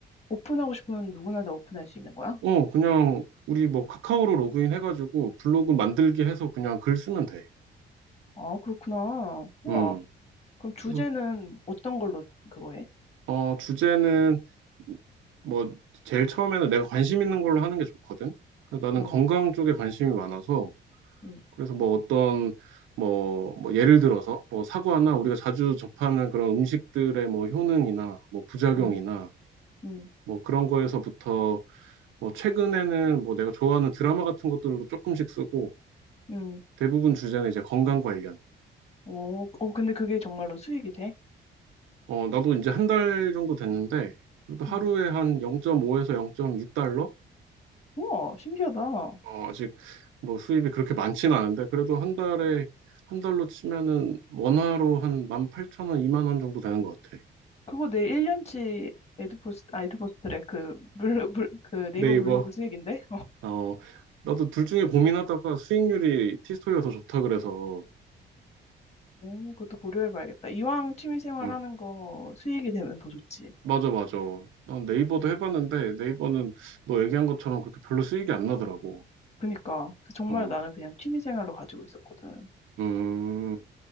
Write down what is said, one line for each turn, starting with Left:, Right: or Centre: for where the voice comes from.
Left: 오픈하고 싶으면 누구나 다 오픈할 수 있는 거야?
Right: 어, 그냥 우리 뭐 카카오로 로그인 해가지고 블로그 만들기 해서 그냥 글 쓰면 돼.
Left: 아, 그렇구나. 우와.
Right: 음.
Left: 그럼 주제는
Right: 그래서
Left: 어떤 걸로 그거 해?
Right: 어, 주제는 뭐 제일 처음에는 내가 관심 있는 걸로 하는 게 좋거든. 그래서 나는
Left: 응,
Right: 건강 쪽에 관심이 많아서
Left: 응,
Right: 그래서 뭐 어떤 뭐, 뭐 예를 들어서 뭐 사과나 우리가 자주 접하는 그런 음식들의 뭐 효능이나 뭐 부작용이나
Left: 응, 응,
Right: 뭐 그런 거에서부터 뭐 최근에는 뭐 내가 좋아하는 드라마 같은 것들도 조금씩 쓰고
Left: 응.
Right: 대부분 주제는 이제 건강 관련.
Left: 오, 어, 근데 그게 정말로 수익이 돼?
Right: 어, 나도 이제 한 달 정도 됐는데, 그래도 하루에
Left: 응.
Right: 한 0.5에서 0.6달러?
Left: 우와, 신기하다.
Right: 어, 아직 뭐 수입이 그렇게 많지는 않은데, 그래도 한 달에, 한 달로 치면은 원화로 한 18,000원, 2만 원 이만 원 정도 되는 것 같아.
Left: 그거 내 1년치 에드포스, 아, 에드포스트래. 그, 블로, 블, 그 네이버
Right: 네이버.
Left: 블로그 수익인데?
Right: 어, 나도 둘 중에 고민하다가 수익률이 티스토리가 더 좋다 그래서,
Left: 오, 그것도 고려해봐야겠다. 이왕 취미생활
Right: 응.
Left: 하는 거 수익이 되면 더 좋지.
Right: 맞아, 맞아. 나 네이버도 해봤는데, 네이버는 너 얘기한 것처럼 그렇게 별로 수익이 안 나더라고.
Left: 그니까. 그래서 정말
Right: 응.
Left: 나는 그냥 취미생활로 가지고 있었거든.
Right: 음,